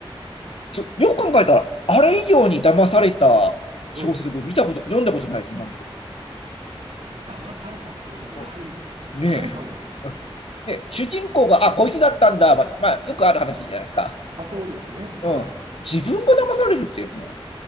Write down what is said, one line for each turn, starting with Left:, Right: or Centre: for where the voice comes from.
Left: ちょよく考えたらあれ以上に騙された小説僕見たこと読んだことないです今のとこ
Right: うん、確かに、騙されたって意味ではない、
Left: ろねえ。
Right: ないかもですね。
Left: うんで、主人公が、あ、こいつだったんだ、ま、まあ、よくある話じゃないですか。
Right: あ、そうですね。
Left: うん。
Right: はい。
Left: 自分が騙されるって、も